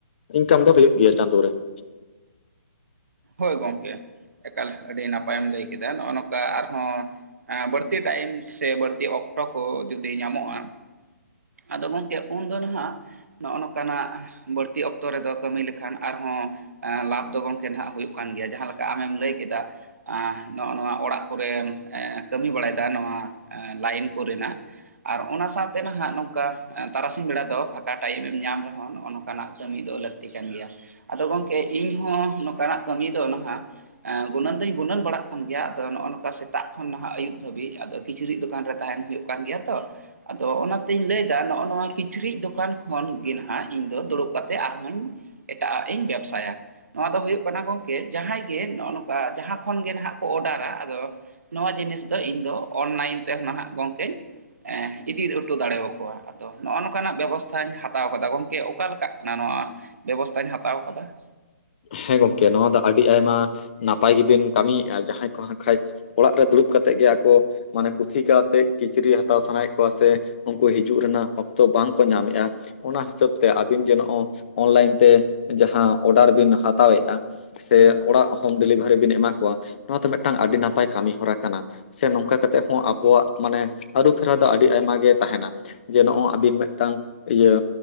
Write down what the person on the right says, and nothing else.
ᱦᱳᱭ ᱜᱚᱝᱠᱮ ᱮᱠᱟᱞ ᱟᱹᱰᱤ ᱱᱟᱯᱟᱭᱮᱢ ᱞᱟᱹᱭ ᱠᱮᱫᱟ ᱱᱚᱜ ᱚ ᱱᱚᱝᱠᱟ ᱟᱨᱦᱚᱸ ᱮᱸᱻ ᱵᱟᱹᱲᱛᱤ ᱴᱟᱭᱤᱢ ᱥᱮ ᱵᱟᱹᱲᱛᱤ ᱚᱠᱴᱚ ᱠᱚ ᱡᱩᱫᱤ ᱧᱟᱢᱚᱜ ᱟ ᱾ ᱟᱫᱚ ᱜᱚᱝᱠᱮ ᱩᱱ ᱫᱚ ᱱᱟᱦᱟᱜ ᱾ ᱱᱚᱜ ᱚ ᱱᱚᱝᱠᱟᱱᱟᱜ ᱵᱟᱹᱲᱛᱤ ᱚᱠᱛᱚ ᱨᱮᱫᱚ ᱠᱟᱹᱢᱤ ᱞᱮᱠᱷᱟᱱ ᱟᱨᱦᱚᱸ ᱾ ᱞᱟᱵᱷ ᱫᱚ ᱜᱚᱝᱠᱮ ᱱᱟᱦᱟᱸᱜ ᱦᱩᱭᱩᱜ ᱠᱟᱱ ᱜᱮᱭᱟ ᱡᱟᱦᱟ ᱞᱮᱠᱟ ᱟᱢᱮᱢ ᱞᱟᱹᱭ ᱠᱮᱫᱟ ᱾ ᱟᱸ ᱱᱚᱜ ᱚ ᱱᱚᱣᱟ ᱚᱲᱟᱜ ᱠᱚᱨᱮᱢ ᱠᱟᱹᱢᱤ ᱵᱟᱲᱟᱭ ᱫᱟ ᱱᱚᱣᱟ ᱞᱟᱭᱤᱱ ᱠᱚᱨᱮ ᱱᱟᱜ ᱾ ᱟᱨ ᱚᱱᱟ ᱥᱟᱶ ᱛᱮ ᱱᱟᱜ ᱦᱟᱸᱜ ᱱᱚᱝᱠᱟ ᱛᱟᱨᱟᱥᱤᱧ ᱵᱮᱲᱟ ᱫᱚ ᱯᱷᱟᱸᱠᱟ ᱴᱟᱭᱤᱢ ᱮᱢ ᱧᱟᱢ ᱨᱮᱦᱚᱸ ᱱᱚᱜᱼᱚ ᱱᱚᱝᱠᱟᱱᱟᱜ ᱠᱟᱹᱢᱤ ᱫᱚ ᱞᱟᱹᱠᱛᱤ ᱠᱟᱱ ᱜᱮᱭᱟ ᱾ ᱟᱫᱚ ᱜᱚᱝᱠᱮ ᱤᱧᱦᱚᱸ ᱱᱚᱝᱠᱟ ᱱᱟᱜ ᱠᱟᱹᱢᱤ ᱫᱚ ᱱᱟᱦᱟᱜ ᱟᱸ ᱜᱩᱱᱟᱹᱱ ᱫᱚᱧ ᱜᱩᱱᱟᱹᱱ ᱵᱟᱲᱟᱜ ᱠᱟᱱ ᱜᱮᱭᱟ ᱟᱫᱚ ᱱᱚᱜᱼᱚ ᱱᱚᱝᱠᱟ ᱥᱮᱛᱟᱜ ᱠᱷᱚᱱ ᱱᱟᱦᱟᱜ ᱟᱹᱭᱩᱵ ᱫᱷᱟᱹᱵᱤᱡ ᱟᱫᱚ ᱠᱤᱪᱨᱤᱡ ᱫᱚᱠᱟᱱ ᱨᱮ ᱛᱟᱸᱦᱮᱱ ᱦᱩᱭᱩᱜ ᱼᱼ ᱠᱟᱱ ᱜᱮᱭᱟ ᱛᱚ ᱟᱫᱚ ᱚᱱᱟ ᱼᱼ ᱛᱮᱧ ᱞᱟᱹᱭ ᱫᱟ ᱱᱚᱜᱼᱚ ᱱᱚᱣᱟ ᱠᱤᱪᱨᱤᱡ ᱫᱚᱠᱟᱱ ᱠᱷᱚᱱ ᱜᱮ ᱱᱟᱦᱟᱜ ᱤᱧ ᱫᱚ ᱫᱩᱲᱩᱵ ᱠᱟᱛᱮ ᱟᱨᱦᱚᱸᱧ ᱼᱼ ᱮᱴᱟᱜᱼᱟᱜ ᱤᱧ ᱵᱮᱵᱥᱟᱭᱟ ᱾ ᱱᱚᱣᱟ ᱫᱚ ᱦᱩᱭᱩᱜ ᱠᱟᱱᱟ ᱜᱚᱝᱠᱮ ᱡᱟᱦᱟᱸᱭ ᱜᱮ ᱱᱚᱜᱼᱚ ᱱᱚᱝᱠᱟ ᱡᱟᱦᱟᱸ ᱠᱷᱚᱱ ᱜᱮ ᱱᱟᱦᱟᱜ ᱠᱚ ᱚᱰᱟᱨᱟ ᱼᱼ ᱟᱫᱚ ᱱᱚᱣᱟ ᱡᱤᱱᱤᱥ ᱫᱚ ᱤᱧ ᱫᱚ ᱚᱱᱞᱟᱭᱤᱱ ᱛᱮᱦᱚᱸ ᱱᱟᱦᱟᱜ ᱜᱚᱝᱠᱮᱧ ᱤᱫᱤᱼᱼ ᱫᱟᱲᱮᱣᱟ ᱠᱚᱣᱟ ᱟᱫᱚ ᱱᱚᱜᱼᱚ ᱱᱚᱝᱱᱟᱜ ᱵᱮᱵᱚᱥᱛᱷᱟᱧ ᱦᱟᱛᱟᱣ ᱟᱠᱟᱫᱟ ᱜᱚᱝᱠᱮ ᱚᱠᱟᱞᱮ ᱞᱮᱠ ᱦᱟᱱᱟ ᱱᱚᱣᱟ ᱵᱮᱵᱚᱥᱛᱟᱧ ᱦᱟᱛᱟᱣ ᱟᱠᱟᱫᱟ ᱾